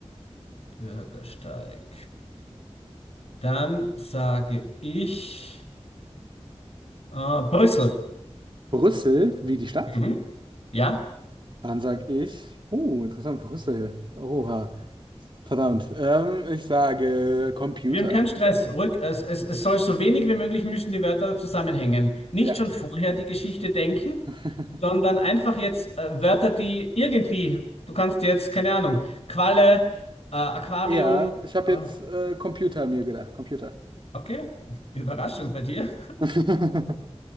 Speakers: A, on the left; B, on the right.
A: Bürgersteig. Dann sage ich, äh, Brüssel.
B: Brüssel, wie die Stadt?
A: Mhm. Ja.
B: Dann sag ich, uh, interessant, Brüssel. Oha, verdammt. Ähm, ich sage Computer.
A: Wir haben keinen Stress. Ruhig, es, es, es soll so wenig wie möglich müssen die Wörter zusammenhängen. Nicht
B: Ja.
A: schon vorher die Geschichte denken,
B: <laughs>
A: sondern einfach jetzt äh, Wörter, die irgendwie, du kannst jetzt, keine Ahnung, Qualle, äh, Aquarium,
B: Ja, ich habe
A: äh,
B: jetzt äh, Computer mir gedacht. Computer.
A: okay, Überraschung bei dir.
B: <laughs>